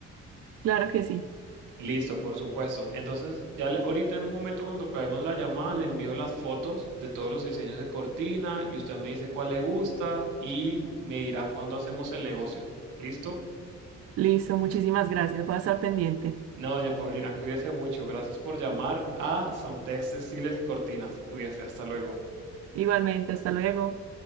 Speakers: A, on the right (about 50°); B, on the right (about 85°).
A: Claro que sí.
B: Listo, por supuesto. Entonces, ya le- ahorita en un momento cuando acabemos la llamada, le envío las fotos de todos los diseños de cortina y usted me dice cuál le gusta y me dirá cuándo hacemos el negocio. ¿Listo?
A: Listo, muchísimas gracias. Voy a estar pendiente.
B: No, doña Paulina, cuídese mucho. Gracias por llamar a Santex Estiles y Cortinas. Cuídese, hasta luego.
A: Igualmente, hasta luego.